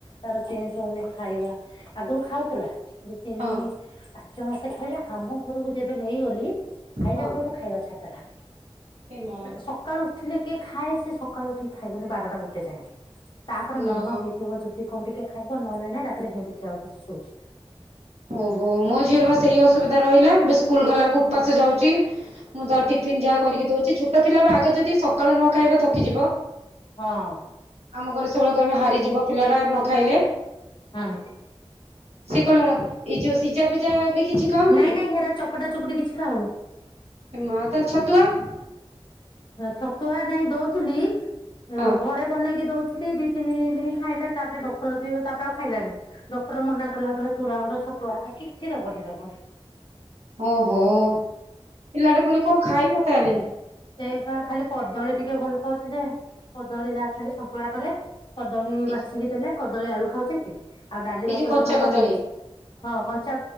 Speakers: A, on the left; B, on the right.
A: ତାର ଚେଞ୍ଜ ହଉନି ଖାଇବା ଆଗରୁ ଖାଉଥିଲା। ଦି ତିନି
B: ହଁ
A: ପାଞ୍ଚ ମାସ ଖାଇଲେ ଆମ ଘରକୁ ଯେବେ ନେଇଗଲି ଆଇଲା
B: ହଁ
A: ପରେ ଗୋ ଖାଇବା ଛାଡିଦେଲା
B: ଏ ମା
A: ସକାଳୁ ଉଠିଲେ କିଏ ଖାଏ ସେ ସକାଳୁ ଉଠିକି ଖାଇବନି ବାରଟା ଗୋଟେ ଯାଏ ତାପରେ
B: ନା
A: ମନ ହେଇଥିବ ଯଦି କଣ ଟିକେ ଖାଇବ ନହେଲେ ନାଇଁ ରାତିରେ ହିିନ୍ତି ଠିଆ ଓପାଷ ସୋଉଛି
B: ଓହୋ ମୋ ଝିଅର ବାସ ସେଇ ଅସୁବିଧା ରହିଲା ଏବେ ସ୍କୁଲ ଗଲାକୁ ଉପାସେ ଯାଉଛି। ମୁଁ ଦ ଟଟି ଫନ୍ ଯାହା କରିକି ଦଉଛି ଛୋଟ ପିଲା ବା ଆଗ ଯଦି ସକାଳ ନ ଖାଇବା ଥକିଯିବ
A: ହଁ
B: ଆମ ଘରେ ସବୁ କହେ ହାରିଯିବ ପିଲା ଟା ନ ଖାଇଲେ
A: ହଁ
B: ସେ କଣ ଏ ଯଉ ସିଜା ପିଜା ବି କିଛି ଖାଉନି
A: ନାଇଁ ନାଇଁ ହେରା ଚକଟା ଚକୁଟି କିଛି ଖାଉନି-
B: ଏ ମା ତାହେଲେ ଛତୁଆ-
A: ଛତୁଆ ନାଇଁ ଦଉଥିଲି-
B: ହଁ
A: ଆଉ ଘରେ ବନେଇକି ଦଉଛି- ଟିକେ ଦି ତିନି ଦିନ ଖାଇଲା ତାପରେ ଡକ୍ଟର ବି ତାପରେ ଆଉ ଖାଇଲାନି ଡକ୍ଟର ମନା କଲା ଚୁଡ଼ା ଗୁଣ୍ଡ ଛତୁଆହକା କିଛି ଦବନି ଦେବ-
B: ଓହୋ ପିଲାଟେ ପୁଣି କଣ ଖାଇମ ତାହେଲେ
A: ସେଇଭ ଖାଲି କଦଳୀ ଟିକେ ଭଲ ପାଉଛି ଯେ କଦଳୀ ଯାହା ଖାଲି ସନ୍ତୁଳା କଲେ- କଦଳୀ
B: ଏ
A: ବାଛକି ଦେଲେ- କଦଳୀ ଆଳୁ ଖାଉଛ ଏତିି- ଆଉ ଡାଲି
B: ଏଇ
A: ଭାତ
B: କଞ୍ଚା
A: ଯୋଉ ମନ
B: କଦଳୀ
A: ହଁ କଞ୍ଚା